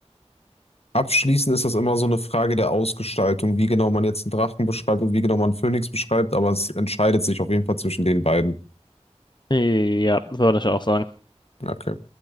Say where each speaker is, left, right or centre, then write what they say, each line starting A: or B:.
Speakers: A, on the left; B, on the left.
A: abschließend ist das immer so eine Frage der Ausgestaltung, wie genau man jetzt einen Drachen beschreibt und wie genau man einen Phönix beschreibt, aber es entscheidet sich auf jeden Fall zwischen den beiden.
B: Ja, würde ich auch sagen.
A: Okay.